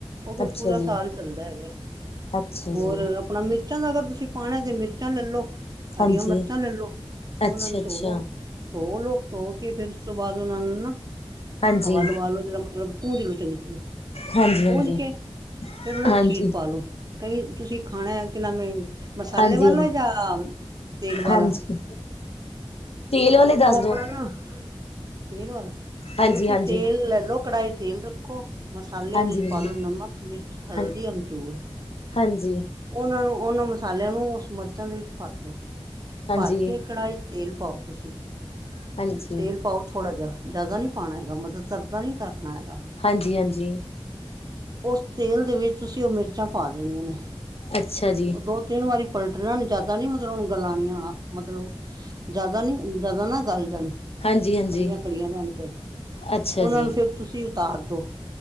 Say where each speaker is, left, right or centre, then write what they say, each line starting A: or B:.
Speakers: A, on the right; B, on the left.
A: ਉਹ ਫਿਰ
B: ਅੱਛਾ
A: ਪੂਰਾ ਸਾਲ
B: ਜੀ
A: ਚੱਲਦਾ ਹੈਗਾ।
B: ਅੱਛਾ
A: ਹੋਰ,
B: ਜੀ
A: ਆਪਣਾ ਮਿਰਚਾਂ ਦਾ ਅਗਰ ਤੁਸੀਂ ਪਾਣਾ ਤੇ ਮਿਰਚਾਂ ਲੈ ਲੋ,
B: ਹਾਂਜੀ
A: ਹਰੀਆਂ ਮਿਰਚਾਂ ਲੈ ਲੋ,
B: ਅੱਛਾ
A: ਉਹਨਾਂ ਨੂੰ
B: ਅੱਛਾ
A: ਧੋਲੋ। ਧੋ ਲੋ, ਧੋ ਕੇ ਫੇਰ ਉਸ ਤੋਂ ਬਾਅਦ ਉਹਨਾ ਨੂੰ ਨਾ,
B: ਹਾਂਜੀ
A: ਹਵਾ ਲਵਾ ਲੋ ਜਿਹੜ ਮਤਲਬ ਪੂੰਜ ਲੋ ਚੰਗੀ ਤਰ੍ਹਾਂ,
B: ਹਾਂਜੀ ਹਾਂਜੀ
A: ਪੂੰਜ ਕੇ, ਫੇਰ ਉਹਨਾ
B: ਹਾਂਜੀ
A: ਚੀਰ ਪਾ ਲੋ। ਕਈ ਤੁਸੀਂ ਖਾਣਾ ਆ ਕਿ ਨਵੇਂ ਮਸਾਲੇ
B: ਹਾਂਜੀ
A: ਵਾਲਾ ਜਾਂ ਤੇਲ
B: ਹਾਂਜੀ ਹਾਂਜੀ
A: ਵਾਲਾ।
B: ਤੇਲ ਵਾਲੇ ਦੱਸ
A: ਉਹ ਆਪਣਾ
B: ਦੋ
A: ਨਾ, ਤੇਲ ਵੱਲ,
B: ਹਾਂਜੀ
A: ਤੁਸੀਂ
B: ਹਾਂਜੀ
A: ਤੇਲ ਲੈਲੋ ਕੜਾਹੀ ਤੇਲ ਰੱਖ ਦੇਖੋ, ਮਸਾਲੇ
B: ਹਾਂਜੀ
A: ਉਹਦੇ ਚ ਪਲੋ
B: ਹਾਂਜੀ
A: ਨਮਕ, ਮਿਰਚ, ਹਲਦੀ,
B: ਹਾਂ
A: ਅਮਚੂਰ।
B: ਹਾਂਜੀ।
A: ਉਹਨਾਂ ਨੂੰ ਉਹਨਾਂ ਮਸਾਲਿਆਂ ਨੂੰ ਉਸ ਮਿਰਚਾਂ ਦੇ ਵਿੱਚ ਭਰ ਦਿਓ।
B: ਹਾਂਜੀ
A: ਭਰ ਕੇ ਕੜਾਹੀ ਤੇਲ ਪਾਓ ਤੁਸੀਂ।
B: ਹਾਂਜੀ
A: ਤੇਲ ਪਾਓ। ਥੋੜ੍ਹਾ ਜਿਹਾ, ਜ਼ਿਆਦਾ ਨਹੀਂ ਪਾਉਣਾ ਹੈਗਾ ਮਦਦ ਤਰਦਾ ਨਹੀਂ ਕਰਨਾ ਹੈਗਾ।
B: ਹਾਂਜੀ- ਹਾਂਜੀ।
A: ਉਸ ਤੇਲ ਦੇ ਵਿੱਚ ਤੁਸੀਂ ਉਹ ਮਿਰਚਾਂ ਪਾ ਦੇਣੀਆਂ ਨੇ।
B: ਅੱਛਾ ਜੀ
A: ਉਹ ਦੋ ਤਿੰਨ ਵਾਰੀ ਪਲਟਣਾ ਨੂੰ ਜਿਆਦਾ ਨੀ ਮਤਲਬੁਣ ਗਲਉਣੀਆਂ, ਮਤਲਬ ਜਿਆਦਾ ਨੀ, ਜਿਆਦਾ ਨਾ ਗੱਲ ਜਾਣ।
B: ਹਾਂਜੀ ਹਾਂਜੀ
A: ਖੜੀਆਂ- ਖੜੀਆਂ ਰੈਣ ਫੇਰ,
B: ਅੱਛਾ
A: ਉਹਨਾ
B: ਜੀ
A: ਨੂੰ ਫੇਰ ਤੁਸੀਂ ਉਤਾਰ ਦੋ।